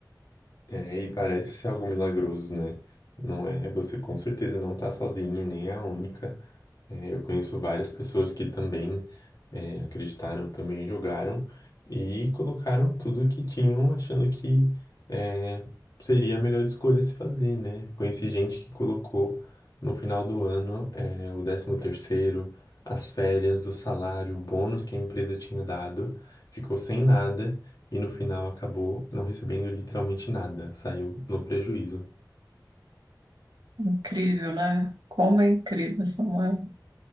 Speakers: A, on the left; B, on the right.
A: É, e parece ser algo milagroso, né? Não é, você com certeza não tá sozinha, e nem é a única. É, eu conheço várias pessoas que também é, acreditaram, também jogaram e colocaram tudo que tinham, achando que é, seria a melhor escolha a se fazer, né? Conheci gente que colocou no final do ano é, o décimo terceiro, as férias, o salário, o bônus que a empresa tinha dado, ficou sem nada e no final acabou não recebendo literalmente nada, saiu no prejuízo.
B: Incrível, né? Como é incrível, Samuel.